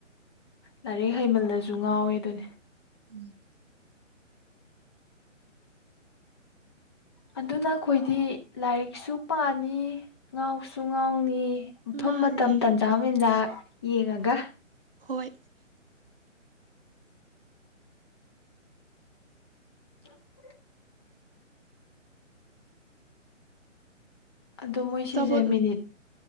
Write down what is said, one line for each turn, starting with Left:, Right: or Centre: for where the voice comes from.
Left: ꯂꯥꯏꯔꯤꯛ ꯍꯩꯃꯜꯂꯁꯨ ꯉꯥꯎꯋꯦ ꯑꯗꯨꯅꯦ
Right: ꯎꯝ
Left: ꯑꯗꯨꯅ ꯑꯩꯈꯣꯏꯗꯤ ꯂꯥꯏꯔꯤꯛꯁꯨ ꯄꯥꯅꯤ ꯉꯥꯎꯁꯨ ꯉꯥꯎꯅꯤ ꯃꯐꯝ
Right: ꯃꯥꯅꯦ
Left: ꯃꯇꯝ ꯇꯟꯖꯥ ꯃꯦꯟꯖꯥ ꯌꯦꯉꯒ
Right: ꯍꯣꯏ
Left: <inaudible> ꯑꯗꯣ ꯃꯣꯏ
Right: ꯑꯆꯥꯄꯣꯠ
Left: ꯁꯤꯁꯦ ꯃꯤꯅꯤꯠ